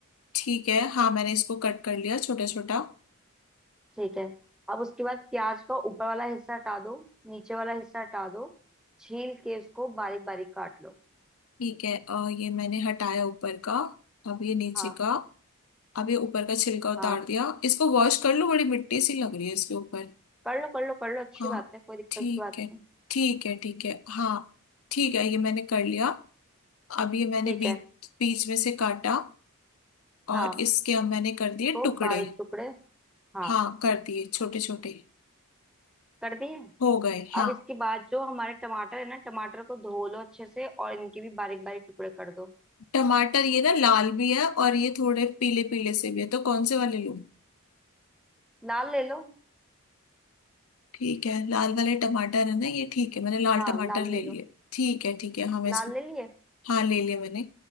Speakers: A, on the left; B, in the centre.
A: ठीक है हाँ मैंने इसको कट कर लिया छोटा छोटा
B: ठीक है अब उसके बाद प्याज का ऊपर वाला हिस्सा हटा दो नीचे वाला हिस्सा हटा दो छील के उसको बारीक बारीक काट लो
A: ठीक है अ, ये मैंने हटाया ऊपर का अब ये नीचे
B: हाँ
A: का अब ये ऊपर का छिलका उतार
B: हाँ
A: दिया इसको वॉश कर लो बड़ी मिट्टी सी लग रही है इसके ऊपर
B: कर लो कर लो कर लो अच्छी
A: हाँ
B: बात है कोई दिक्कत
A: ठीक
B: की बात
A: है
B: नहीं
A: ठीक है ठीक है हाँ ठीक है ये मैंने कर लिया अब ये मैंने
B: ठीक
A: बीच
B: है
A: बीच में से काटा और
B: हाँ
A: इसके अब मैंने कर दिए
B: उसको
A: टुकड़े
B: बारीक टुकड़े हाँ
A: हाँ कर दिए छोटे छोटे
B: कर दिए
A: हो गए हाँ
B: अब इसके बाद जो हमारे टमाटर है ना टमाटर को धो लो अच्छे से और इनके भी बारीक बारीक टुकड़े कर दो
A: टमाटर ये ना लाल भी है और ये थोड़े पीले पीले से भी है तो कौन से वाले लूं
B: लाल ले लो
A: ठीक है लाल वाले टमाटर है ना ये ठीक है मैंने लाल
B: हाँ
A: टमाटर
B: लाल
A: ले
B: ले लो
A: लिए ठीक है ठीक है हाँ मैं इसको
B: लाल ले लिए
A: हाँ ले लिया मैंने